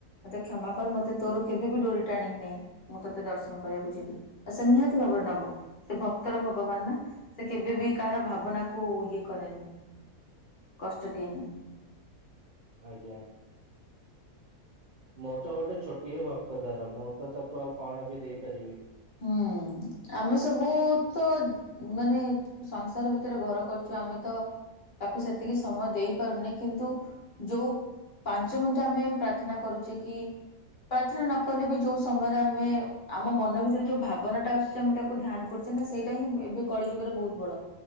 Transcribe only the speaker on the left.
ମୋତେ କ୍ଷମା କର ମୋତେ ତୋର କେବେ ବି ଡୋରି ଟାଣିକି ନେ। ମୁଁ ତତେ ଦର୍ଶନ କରିବାକୁ ଯିବି ଆଉ ସେ ନିହାତି ଭାବରେ ନବ ସେ ଭକ୍ତର ଭଗବାନ ନା। ସେ କେବେ ବିି କାହାର ଭାବନା କୁ ଇଏ କରେନି କଷ୍ଟ ଦିଏନି।
ହୁଁ ଆମେ ସବୁ ତ ମାନେ ସଂସାର ଭିତରେ ଘର କରିଛୁ ଆମେ ତ ତାକୁ ସେତିକି ସମୟ ଦେଇ ପାରୁନି କିନ୍ତୁ ଯୋଉ ପାଞ୍ଚ ମିଣ୍ଟି ଆମେ ପ୍ରାର୍ଥନା କରୁଛେ କି ପ୍ରାର୍ଥନା ନ କଲେ ବି ଯୋଉ ସମୟରେ ଆମେ ଆମ ମନ ଭିତରେ ଯୋଉ ଭାବନା ଟା ଆସୁଛି ଆମେ ତାକୁ ଧ୍ୟାନ କରୁଛେ ନା ସେଇଟା ହିଁ ଏବେ କଳି ଯୁଗରେ ବହୁତ ବଡ।